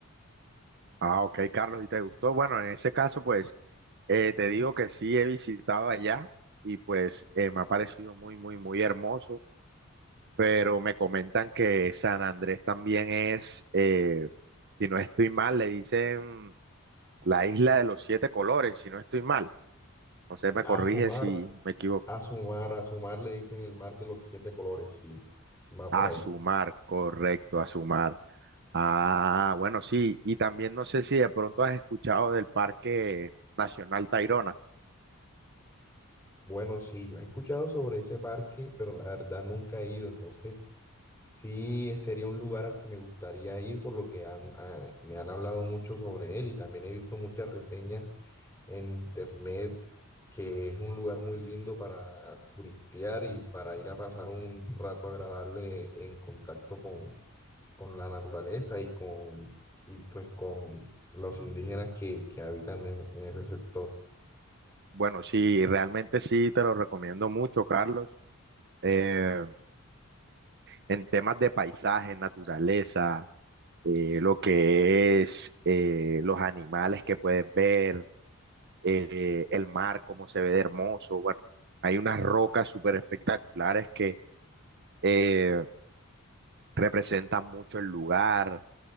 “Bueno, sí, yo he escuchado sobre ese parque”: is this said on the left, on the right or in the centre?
Left